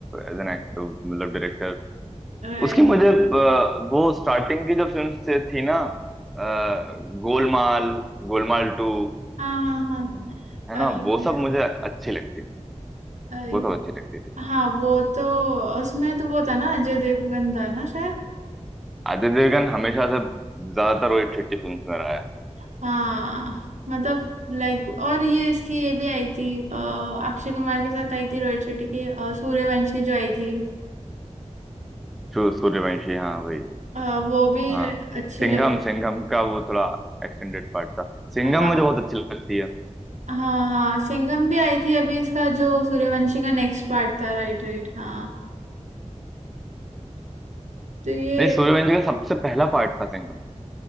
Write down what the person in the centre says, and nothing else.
एज एन एक्टर मतलब डायरेक्टर
उसकी मुझे अ, वो स्टार्टिंग की जो फिल्म से थी ना अ, गोलमाल गोलमाल टू
है
ना
वो सब मुझे अच्छी लगती थी
वो सब अच्छी लगती थी
आदित्य देवगन हमेशा से ज्यादातर वही ठेठी फिल्म में रहा है
सू- सूर्यवंशी हाँ वही
हाँ
सिंघम
सिंघम का वो थोड़ा एक्सटेंडेड पार्ट था सिंघम
मुझे बहुत अच्छी लगती है
नहीं सूर्यवंशी का सबसे पहला पार्ट था सिंघम